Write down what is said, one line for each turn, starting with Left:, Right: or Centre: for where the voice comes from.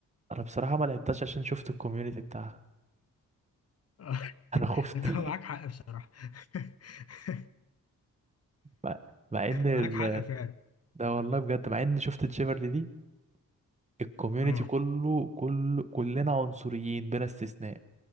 Right: انا بصراحه ما لعبتش عشان شفت الكوميونتي بتاعها
Left: آه. <laughs>
Right: انا خفت
Left: هو
Right: <laughs>
Left: معاك حق بصراحة <laughs>
Right: مع مع ان ال...
Left: معاك حق فعلا
Right: ده والله بجد مع ان شفت تشيفرلي دي الكوميونتي
Left: اه
Right: كله كل كلنا عنصريين بلا استثناء